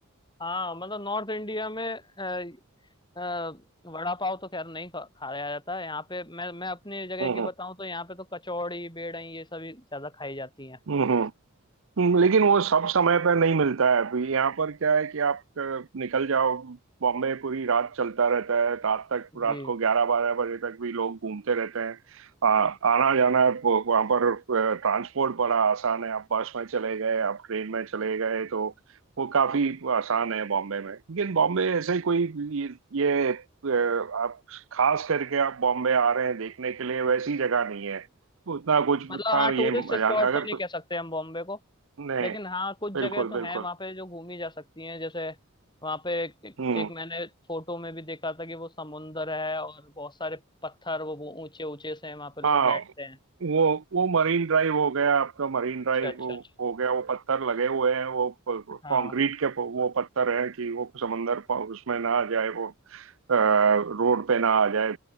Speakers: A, on the left; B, on the right.
A: हाँ, मतलब नॉर्थ इंडिया में अ, अ, वड़ा पाव तो खैर नहीं खा, खाया जाता है यहाँ पे मैं मैं अपनी जगह
B: हम्म
A: की बताऊँ तो यहाँ पे तो कचौड़ी बेड़ई ये सभी ज्यादा खाई जाती हैं
B: हम्म हम्म हम्म। हम्म, लेकिन वो सब समय पर नहीं मिलता है अभी यहाँ पर क्या है कि आप अ, निकल जाओ बॉम्बे पूरी रात चलता रहता है रात तक रात
A: जी
B: को ग्यारह बारह बजे तक भी लोग घूमते रहते हैं आ, आना जाना वो- वहाँ पर ट्रांसपोर्ट बड़ा आसान है आप बस में चले गए आप ट्रेन में चले गए तो वो काफी आसान है बॉम्बे में लेकिन बॉम्बे ऐसे कोई ये, ये अ, आप खास करके आप बॉम्बे आ रहे हैं देखने के लिए वैसी जगह नहीं है उतना कुछ
A: मतलब
B: उतना
A: हाँ टूरिस्ट
B: ये मजा
A: स्पॉट
B: नहीं- अगर
A: तो नहीं
B: कुछ
A: कह सकते हम बॉम्बे को
B: नहीं
A: लेकिन हाँ कुछ
B: बिल्कुल
A: जगह तो
B: बिल्कुल
A: हैं वहाँ पे जो घूमी जा सकती हैं जैसे वहाँ पे एक, एक,
B: हम्म
A: एक मैंने फोटो में भी देखा था कि वो समुंदर है और बहुत सारे पत्थर वो वो ऊंचे ऊंचे से हैं वहाँ पे लोग
B: हाँ
A: बैठते हैं
B: वो वो मरीन ड्राइव हो गया आपका मरीन
A: अच्छा
B: ड्राइव
A: अच्छा
B: हो,
A: अच्छा
B: हो गया वो पत्थर लगे हुए हैं वो कंक्रीट
A: हाँ
B: के प- वो पत्थर हैं कि वो समंदर प- उसमें ना आ जाए वो रोड पे ना आ जाए